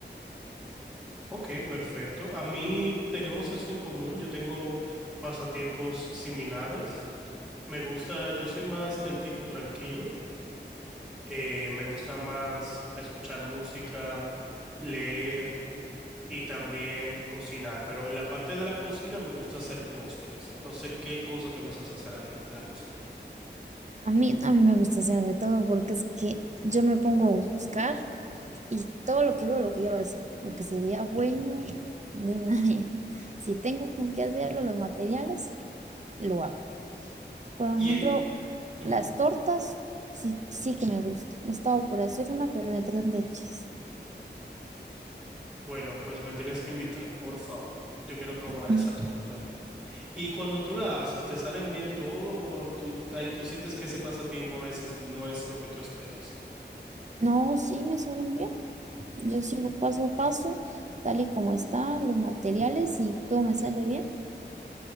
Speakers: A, in the centre; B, on the right.
A: Ok, perfecto. A mí tenemos eso en común. Yo tengo pasatiempos similares. Me gusta, yo soy más del tipo tranquilo. Eh, me gusta más escuchar música, leer y también cocinar. Pero en la parte de la cocina me gusta hacer postres. No sé qué cosa te gustas hacer a ti en la cocina.
B: A mí, a mí me gusta hacer de todo porque es que yo me pongo a buscar y todo lo que veo lo quiero hacer, lo que se vea bueno de una <laughs> vez. Si tengo con qué hacerlo, los materiales, lo hago. Por
A: Y
B: ejemplo,
A: eh, ujú.
B: las tortas sí, sí que me gustan. He estado por hacer una, pero me tres leches.
A: Bueno, pues me tienes que invitar, por favor. Yo quiero probar
B: Mm.
A: esa torta. Y cuando tú la haces, ¿te salen bien todo o tú, ay, tú sientes que ese pasatiempo a veces no es lo que tú esperas?
B: No, sí, me suelen bien. Yo sigo paso a paso, tal y como está, los materiales y todo me sale bien.